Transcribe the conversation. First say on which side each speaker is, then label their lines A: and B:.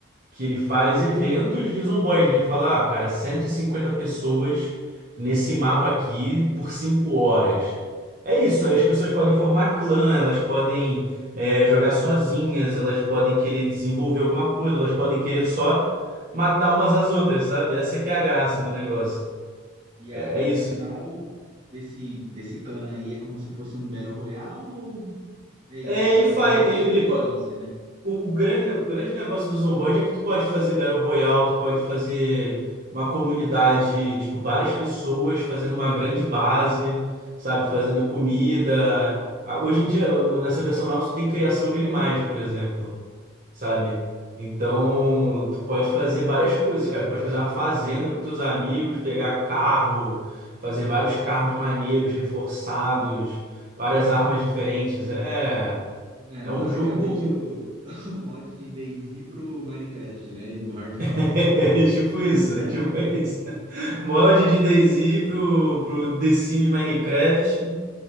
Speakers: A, on the right (about 45°); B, on the right (about 20°).
A: que ele faz eventos de zomboide. Ele fala, ah, cara, 150 pessoas nesse mapa aqui por 5 horas. É isso, aí as pessoas podem formar clã, elas podem é, jogar sozinhas, elas podem querer desenvolver alguma coisa, elas podem querer só matar umas às outras, sabe? Essa que é a graça
B: Ah,
A: do negócio.
B: E
A: É,
B: aí,
A: é isso.
B: no final desse, desse clã aí, é como se fosse um Battle Royale ou é isso?
A: É,
B: Basicamente
A: ele faz,
B: é só
A: ele,
B: experiência,
A: ele,
B: né?
A: O, o grande, o grande negócio do Zomboid é que tu pode fazer Battle Royale, tu pode fazer uma comunidade, tipo, várias pessoas fazendo uma grande base, sabe? Fazendo comida. Ah, Hoje em dia, no- nessa versão nova, tu tem criação de animais, por exemplo, sabe? Então, tu pode fazer várias coisas, cara. Tu pode fazer uma fazenda com teus amigos, pegar carro, fazer vários carros maneiros, reforçados, várias armas diferentes. É,
B: É,
A: é
B: basicamente
A: um jogo.
B: o, <laughs> o mod de DayZ pro Minecraft, né? E no hardcore.
A: <laughs> É tipo
B: <laughs>
A: isso, é tipo isso. Mod de DayZ pro, pro The Sims Minecraft